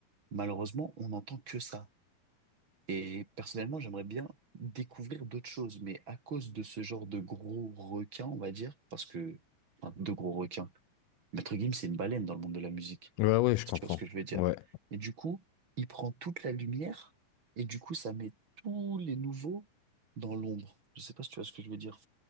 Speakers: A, on the right; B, on the left.
A: malheureusement, on n'entend que ça. Et personnellement, j'aimerais bien découvrir d'autres choses, mais à cause de ce genre de gros requins, on va dire, parce que, enfin, de gros requins Maître Gims, c'est une baleine dans le monde de la musique,
B: mm, ouais, ouais, je
A: si
B: comprends.
A: tu vois ce que je veux dire.
B: Ouais.
A: Et du coup, il prend toute la lumière, et du coup, ça met tous les nouveaux dans l'ombre. Je sais pas si tu vois ce que je veux dire.